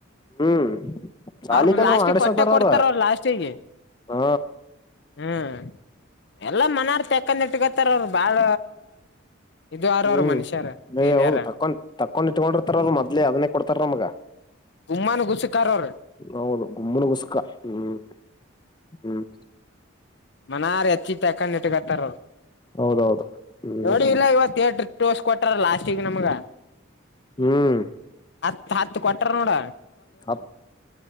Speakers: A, on the left (about 20°); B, on the left (about 55°).
A: ಹ್ಮ್ ಸಾಲಿಕಂದ್ರ
B: ಅವರು ಲಾಸ್ಟಿಗೆ
A: ಮಾಡಸತಾರ
B: ಕೊಟ್ಟೆ ಕೊಡ್ತಾರ
A: ಅವ್ರ
B: ಅವ ಲಾಸ್ಟಿಗೆ
A: ಹ
B: ಹ್ಮ್ ಎಲ್ಲ ಮನೆರ್ ತೆಕೊಂದ್ ಇಟ್ಕೊತ್ತಾರ ಅವರು ಬಾಳ ಇದು ಆರ
A: ಹ್ಮ್
B: ಅವರು ಮನುಷ್ಯರ
A: ಮ
B: ಸೀನಿಯರ್
A: ಹೌದು ತಕೊಂಡ್ ತಕೊಂಡ್ ಇಟ್ಕೊಂಡಿರ್ತಾರಲ್ಲ ಮೊದ್ಲೇ ಅದನ್ನೇ ಕೊಡತ್ ತ್ತರ ನಮಗ
B: ಗುಮ್ಮಾನ ಗುಸಕಾರ ಅವರು
A: ಹೌದು ಗುಮ್ಮನಗುಸ್ಕ ಹ್ಮ್ ಹ್ಮ್
B: ಮನಾರ್ ಹೆಚ್ಚಿ ತಕೊಂಡ್ ಇಟ್ಕತ್ತಾರ
A: ಹೌದೌದು ಹ್ಮ್
B: ನೋಡಿ ಇಲ್ಲ ಇವಾಗ ಎಟ್ರಿ ತೋರ್ಸ ಕೊಟಾರ ಲಾಸ್ಟಿಗೆ ನಮ್ಗ
A: ಹ್ಮ್
B: ಹತ್ ಹತ್ ಕೊಟಾರ ನೋಡ್
A: ಹತ್